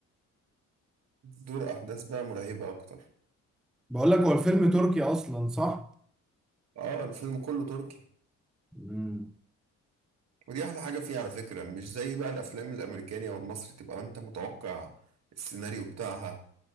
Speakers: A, on the right; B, in the centre.
A: دور أحداث بقى مرعبة أكتر
B: بقول لك هو الفيلم تركي اصلا صح
A: آه الفيلم كله تركي
B: امم
A: ودي أحلى حاجة فيه على فكرة مش زي بقى الأفلام الأمريكانية والمصري تبقى أنت متوقع السيناريو بتاعها